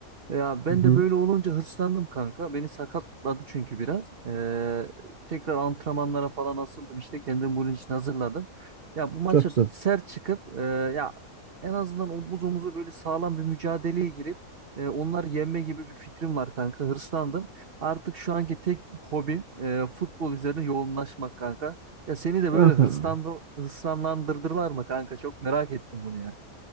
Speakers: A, on the right; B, on the right.
A: Ya ben
B: Hı hı.
A: de böyle olunca hırslandım kanka. Beni sakatladı çünkü biraz. Ee, tekrar antrenmanlara falan asıldım. İşte kendimi bunun için hazırladım. Ya bu maça
B: Çok güzel.
A: sert çıkıp e, ya en azından omuz omuza böyle sağlam bir mücadeleye girip e, onları yenme gibi bir fikrim var kanka. Hırslandım. Artık şu anki tek hobim e, futbol üzerine yoğunlaşmak kanka. Ya seni de böyle
B: Aha.
A: hırslandı, hırslanlandırdılar mı kanka? Çok merak ettim bunu ya.